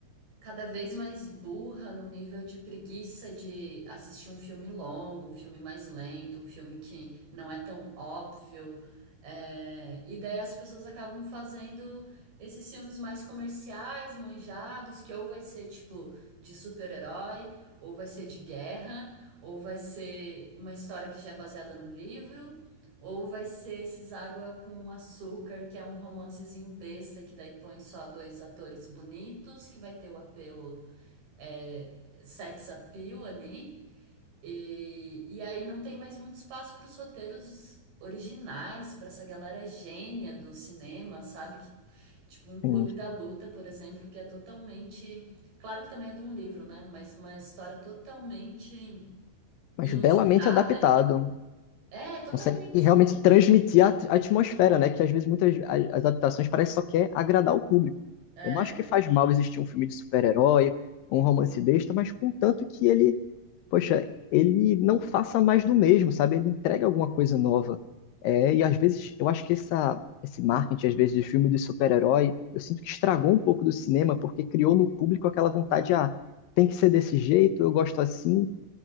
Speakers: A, on the right; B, on the left.
A: cada vez mais burra no nível de preguiça de assistir um filme longo, um filme mais lento, um filme que não é tão óbvio. É, E daí as pessoas acabam fazendo esses filmes mais comerciais, manjados, que ou vai ser tipo de super-herói, ou vai ser de guerra, ou vai ser uma história que já é baseada num livro. Ou vai ser esses Água com Açúcar, que é um romancezinho besta, que daí põe só dois atores bonitos, que vai ter o apelo é, sex appeal ali. E, e aí não tem mais muito espaço para os roteiros originais, para essa galera gênia do cinema, sabe? Que, tipo, um Clube
B: Sim.
A: da Luta, por exemplo, que é totalmente. Claro que também é de um livro, né? Mas uma história totalmente
B: Mas
A: inusitada.
B: belamente adaptado.
A: É, totalmente.
B: consegue realmente transmitir a a atmosfera, né? Que às vezes muitas as as adaptações parece só quer agradar o público.
A: é
B: Eu não acho que faz mal existir um filme de super-herói, um romance besta, mas contanto que ele, poxa, ele não faça mais do mesmo, sabe? Ele entrega alguma coisa nova. É, e às vezes eu acho que essa, esse marketing, às vezes, de filme de super-herói, eu sinto que estragou um pouco do cinema, porque criou no público aquela vontade, ah, tem que ser desse jeito, eu gosto assim.